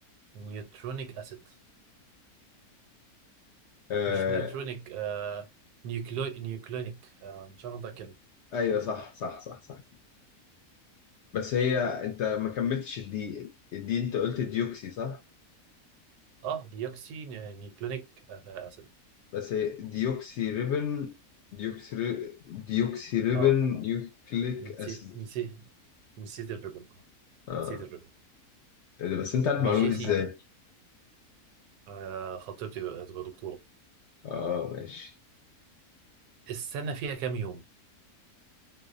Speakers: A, on the right; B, on the left.
A: نيوترونيك اسيد
B: آه
A: مش نيوترونيك آه نيوكلو نيوكلونيك آه مش هاخد كلمة
B: ايوه صح صح صح صح بس هي انت ما كملتش الدي الدي انت قلت ديوكسي صح
A: اه ديوكسي ني- نيوكلونيك آه اسيد
B: بس هي ديوكسي ريبن ديوكسي ري... ديوكسي ريبن
A: اه
B: يوكليك
A: نسيت
B: اسيد
A: نسيت نسيت الريبن آه،
B: اه
A: نسيت الريبن
B: ايه ده بس انت عارف
A: ماشي
B: المعلومه
A: يا
B: دي
A: سيدي
B: ازاي
A: آه خطيبتي بقى- تبقى دكتورة
B: اه ماشي
A: السنة فيها كام يوم؟